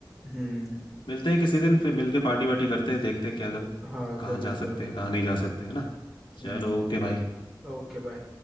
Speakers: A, in the centre; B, on the left.
A: हम्म
B: मिलते हैं किसी दिन फिर मिल के पार्टी वार्टी करते हैं देखते हैं क्या कर
A: हाँ
B: कहाँ
A: जरूर
B: जा
A: जरूर
B: सकते हैं कहाँ नहीं जा सकते है ना
A: हम्म
B: चलो ओके भाई
A: Okay bye